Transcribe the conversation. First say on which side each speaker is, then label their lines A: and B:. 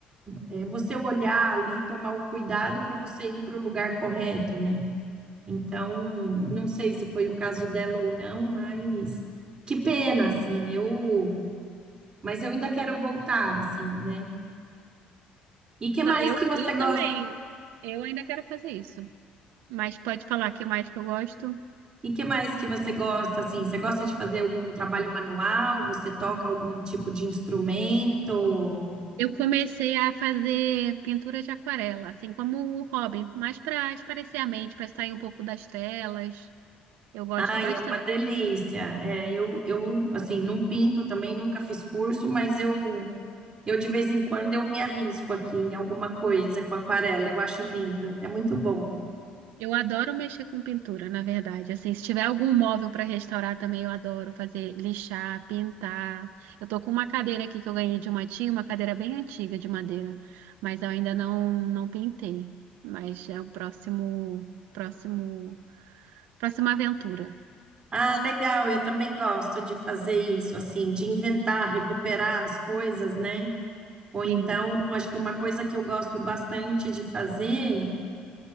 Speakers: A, on the right (about 25°); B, on the right (about 80°).
A: é, você olhar ali, tomar o cuidado para você ir para o lugar correto, né? Então, não sei se foi o caso dela ou não, mas que pena, assim, eu, mas eu ainda quero
B: sim.
A: voltar, assim, né? E que
B: Não,
A: mais
B: eu,
A: que você
B: eu
A: gosta?
B: também. Eu ainda quero fazer isso. Mas pode falar que mais que eu gosto.
A: E que mais que você gosta, assim? Você gosta de fazer algum trabalho manual? Você toca algum tipo de instrumento?
B: Eu comecei a fazer pintura de aquarela, assim como o Robin, mas para espairecer a mente, para sair um pouco das telas. Eu gosto
A: Ai,
B: bastante.
A: é uma delícia. É, eu, eu, assim, não pinto também, nunca fiz curso, mas eu, eu de vez em quando eu me arrisco aqui em alguma coisa com aquarela. Eu acho lindo, é muito bom.
B: Eu adoro mexer com pintura, na verdade. Assim, se tiver algum móvel para restaurar também, eu adoro fazer lixar, pintar. Eu tô com uma cadeira aqui que eu ganhei de uma tia, uma cadeira bem antiga de madeira, mas eu ainda não não pintei. Mas é o próximo próximo próxima aventura.
A: Ah, legal, eu também gosto de fazer isso, assim, de inventar, recuperar as coisas, né? Ou então,
B: Sim.
A: acho que uma coisa que eu gosto bastante de fazer